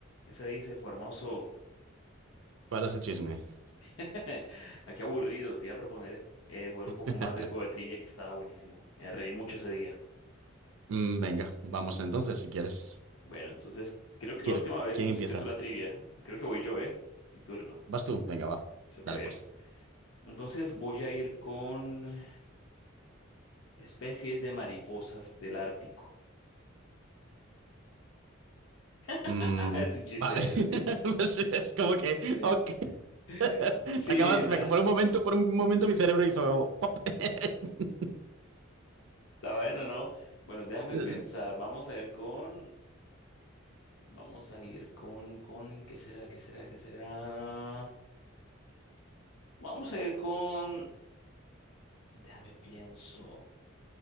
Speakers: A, on the left (about 75°); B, on the right (about 70°).
A: ¿Qué se dice, Formoso?
B: ¿Cuál es el chisme?
A: <laughs> Aquí aburrido, te iba a proponer eh, jugar
B: <laughs>
A: un poco más del juego de trivia que estaba buenísimo. Me reí mucho ese día.
B: Mm, venga, vamos entonces, si quieres.
A: Bueno, entonces creo que
B: ¿Quiere-
A: la última vez
B: ¿Quién
A: pusiste
B: empieza?
A: tú la trivia. Creo que voy yo, ¿eh? Mi turno,
B: ¿Vas tú? Venga, va.
A: eso
B: Dale,
A: creo.
B: pues.
A: Entonces voy a ir con especies de mariposas del Ártico. <laughs>
B: Mm,
A: Es un chiste,
B: vale. <laughs>
A: es un chiste.
B: Pues es como que,
A: <laughs>
B: ok.
A: Sí,
B: <laughs> Me acabas,
A: no,
B: me- por
A: está
B: un momento, por un momento mi cerebro hizo pop. <laughs>
A: bueno, ¿no? Bueno, déjame
B: Es-
A: pensar. Vamos a ir con... Vamos a ir con, con, ¿qué será? ¿Qué será? ¿Qué será? Vamos a ir con, déjame pienso.